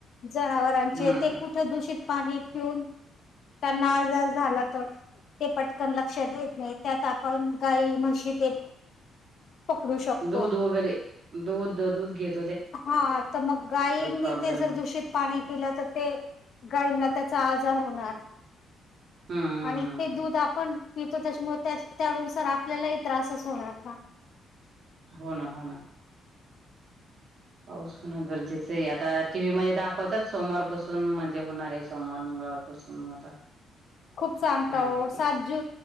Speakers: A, on the left (about 60°); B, on the right (about 55°).
A: जनावरांचे
B: हम्म
A: ते कुठे दूषित पाणी पिऊन त्यांना आजार झाला तर ते पटकन लक्षात देत नाही त्यात आपण गाई म्हशी ते पकडू शकतो.
B: दूध वगैरे दूध तो दूध घेत.
A: हा तर मग गायींनी
B: प्रॉब्लेम
A: ते जर दूषित पाणी पिलं तर ते गायींना त्याचा आजार होणार.
B: हम्म हम्म
A: आणि
B: हम्म
A: ते
B: हम्म.
A: दूध आपण पितो त्याच्यामुळे त्यानुसार आपल्यालाही त्रासच होणार ना.
B: हो ना हो ना. पाऊस होणं गरजेचं आहे आता टीव्ही मध्ये दाखवतात सोमवारपासून म्हणजे होणार आहे सोमवार मंगळवारपासून मग आता
A: खूप सांगता
B: काय
A: हो
B: माहिती
A: सात ज